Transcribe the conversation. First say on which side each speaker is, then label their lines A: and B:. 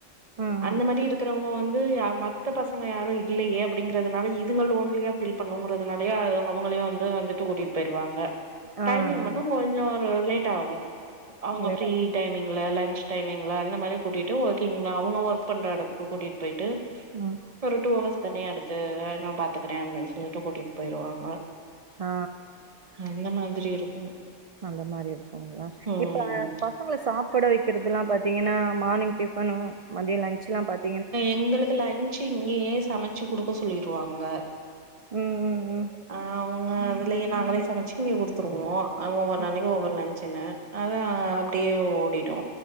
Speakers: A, on the right; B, on the right.
A: ம்
B: அந்த
A: ம்
B: மாரி இருக்கிறவங்க வந்து யா ம த்த பசங்க யாரு இல்லயே அப்டிங்கிறதுனால இதுங்க லோன்லியா ஃபீல் பண்ணுங்கறதுனாலயே ஆ அவங்களே வந்து வந்துட்டு கூட்டிட்டு போய்ருவாங்க
A: ஆ
B: டைமிங்
A: ஆ
B: மட்டு கொஞ்சோ லேட் ஆகு அவங்க
A: லேட்டா
B: ஃப்ரீ டைமிங்ல லஞ்ச் டைமிங்ல அந்த மாரி கூட்டிட்டு ஒர்க் கிங்ல அவங்க ஒர்க் பண்ற எடத்துக்கு கூட்டிட்டு போயிட்டு
A: ம்
B: ஒரு டூ அவர்ஸ் தனியா எடுத்து அது நா பாத்துக்ற அப்டின்னு சொல்ட்டு கூட்டிட்டு போயிருவாங்க
A: ஆ
B: அந்த மாதிரி இருக்கு
A: அந்த மாரி இருக்குங்களா
B: ம்
A: இப்ப பசங்களுக் சாப் ப்பட வக்கிறதுலா பாத்தீங்கன்ன மார்னிங் டிஃபனு மதிய லன்ச்லா பாத்
B: எங்களுக்கு லன்ச்சு இங்கயே சமச்சு குடுக்க சொல்லிருவாங்க
A: ம் ம்
B: ஆ அவங்க அதுலயே நாங்களே சமச்சி இங்க குடுத்துருவோ அவ் ஒவ்வொரு
A: ம்.
B: நாளைக்கி ஒவ்வொரு லஞ்சுனு அதா அப்டியே ஓடிடு